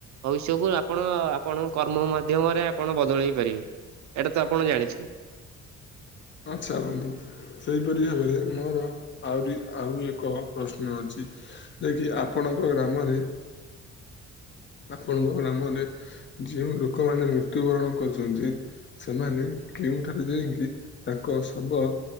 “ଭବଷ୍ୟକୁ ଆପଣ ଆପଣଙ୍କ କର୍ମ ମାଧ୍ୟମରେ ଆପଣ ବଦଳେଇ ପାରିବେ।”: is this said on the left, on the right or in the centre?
Right